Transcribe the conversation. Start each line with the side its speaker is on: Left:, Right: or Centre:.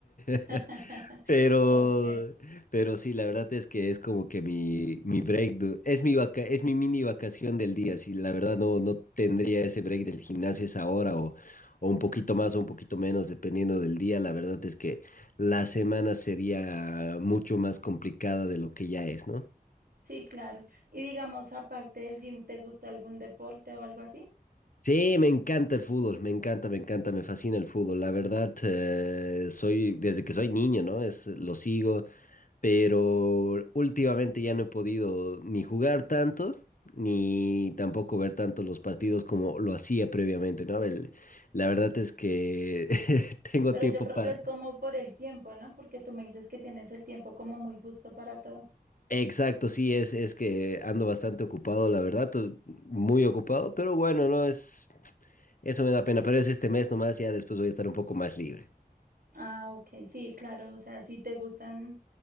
Right: <laughs>
Left: <laughs> Pero,
Right: Ok.
Left: pero sí, la verdad es que es como que mi, mi break, du- es mi vaca, es mi mini vacación del día. Si la verdad no, no tendría ese break del gimnasio esa hora o, o un poquito más o un poquito menos, dependiendo del día. La verdad es que la semana sería mucho más complicada de lo que ya es, ¿no?
Right: Sí, claro. Y digamos, aparte del gym, ¿te gusta algún deporte o algo así?
Left: Sí, me encanta el fútbol, me encanta, me encanta, me fascina el fútbol. La verdad, eh, soy, desde que soy niño, ¿no? Es, lo sigo. pero últimamente ya no he podido ni jugar tanto, ni tampoco ver tanto los partidos como lo hacía previamente, ¿no? El- la verdad es que <laughs> tengo
Right: Pero
Left: tiempo
Right: yo creo
Left: para...
Right: que es como por el tiempo, ¿no? Porque tú me dices que tienes el tiempo como muy justo para todo.
Left: Exacto, sí, es, es que ando bastante ocupado, la verdad, to- muy ocupado, pero bueno, no es... Eso me da pena, pero es este mes nomás, ya después voy a estar un poco más libre.
Right: Ah, ok, sí, claro. O sea, si te gustan